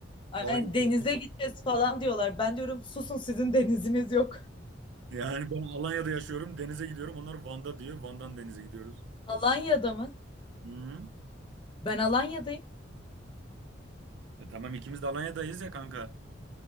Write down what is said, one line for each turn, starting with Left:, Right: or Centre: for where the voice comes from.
Left: Yani
Right: Dalga geçiyor.
Left: denize gideceğiz falan diyorlar. Ben diyorum susun sizin deniziniz yok.
Right: Yani ben Alanya'da yaşıyorum. Denize gidiyorum. Onlar Van'da diyor. Van'dan denize gidiyoruz.
Left: Alanya'da mı?
Right: Hı.
Left: Ben Alanya'dayım.
Right: E tamam ikimiz de Alanya'dayız ya kanka.